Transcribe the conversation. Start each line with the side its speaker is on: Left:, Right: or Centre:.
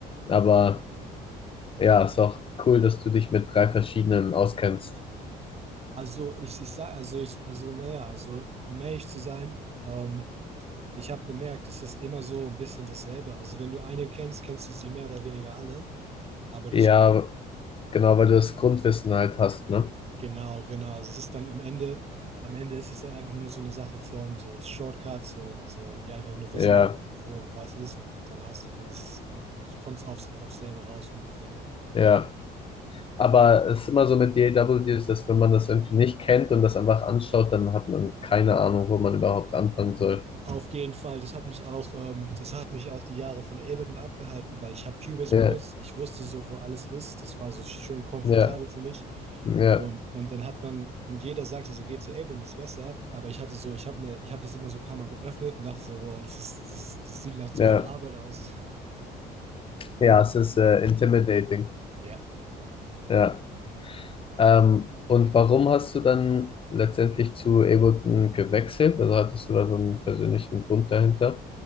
Left: aber ja, ist auch cool, dass du dich mit drei verschiedenen auskennst.
Right: Also ich, ich sage, also ich, also naja, also um ehrlich zu sein, ähm, ich habe bemerkt, es ist immer so ein bisschen dasselbe. Also wenn du eine kennst, kennst du sie mehr oder weniger alle. Aber das,
Left: Ja, genau, weil du das Grundwissen halt hast, ne?
Right: genau, genau. Also es ist dann am Ende, am Ende ist es dann einfach nur so eine Sache von so Shortcuts und ähm, ja, einfach nur wissen,
Left: Ja,
Right: wo was ist und dann hast, dann ist, es- ja, kommt es aufs, aufs selbe raus ungefähr.
Left: ja. Aber es ist immer so mit DAW Deals, dass wenn man das irgendwie nicht kennt und das einfach anschaut, dann hat man keine Ahnung, wo man überhaupt anfangen soll.
Right: Auf jeden Fall, das hat mich auch, ähm, das hat mich auch die Jahre von Ableton abgehalten, weil ich habe Cubase
Left: Ja,
Right: benutzt, ich wusste so, wo alles ist, das war so schön komfortabel
Left: ja,
Right: für mich.
Left: ja,
Right: Und, und dann hat man, und jeder sagte so, geh zu Ableton, ist besser, aber ich hatte so, ich habe mir, ich habe das immer so ein paar Mal geöffnet und dachte so, wow, das ist, das, das sieht nach
Left: ja.
Right: zu viel Arbeit aus.
Left: Ja, es ist äh, intimidating.
Right: Ja.
Left: Ja. Ähm, und warum hast du dann letztendlich zu Ableton gewechselt? Also hattest du da so einen persönlichen Grund dahinter?